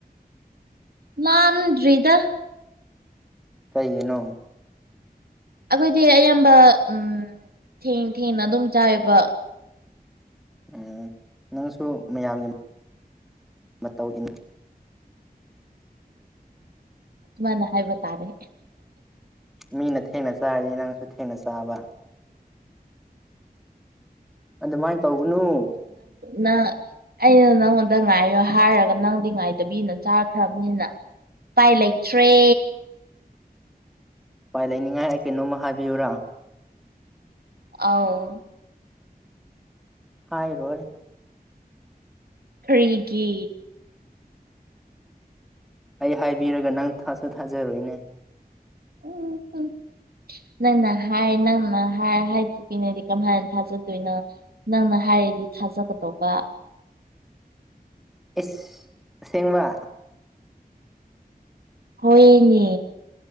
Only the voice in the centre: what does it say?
ꯀꯩꯒꯤꯅꯣ
ꯎꯝ ꯅꯪꯁꯨ ꯃꯌꯥꯝꯒꯤ ꯃꯇꯧ ꯏꯟ
ꯃꯤꯅ ꯊꯦꯡꯅ ꯆꯥꯔꯗꯤ ꯅꯪꯁꯨ ꯊꯦꯡꯅ ꯆꯥꯕ ꯑꯗꯨꯃꯥꯏꯅ ꯇꯧꯒꯅꯨ
ꯎꯄꯥꯏ ꯂꯩꯅꯤꯡꯉꯥꯏ ꯑꯩ ꯀꯩꯅꯣꯝꯃ ꯍꯥꯏꯕꯤꯌꯨꯨꯔꯥ
ꯍꯥꯏꯔꯣꯏ
ꯑꯩ ꯍꯥꯏꯕꯤꯔꯒ ꯅꯪ ꯊꯥꯁꯨ ꯊꯥꯖꯔꯣꯏꯅꯦ
ꯏꯁ ꯑꯁꯦꯡꯕ